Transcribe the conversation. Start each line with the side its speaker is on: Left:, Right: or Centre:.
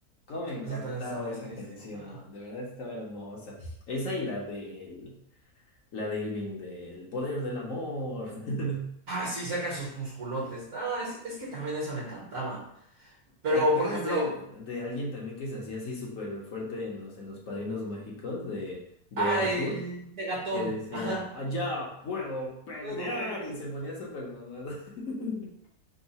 Left: Cómo me encantaba
Right: Eso también está buenísima.
Left: esa canción,
Right: Ah,
Left: de verdad estaba hermosa. Esa y la de la de Irving del poder del amor. <laughs>
Right: Ah, sí, saca sus musculotes. Ah, es, es que también eso me encantaba. Pero,
Left: ¿Te acuerdas
Right: por ejemplo,
Left: de, de alguien también que se hacía así súper fuerte en los en los Padrinos Mágicos de de
Right: Ah,
Left: Arthur?
Right: el Megatón.
Left: Que decía,
Right: Ajá.
Left: allá puedo pelear
Right: Puedo ver.
Left: y se ponía súper mamado. <laughs>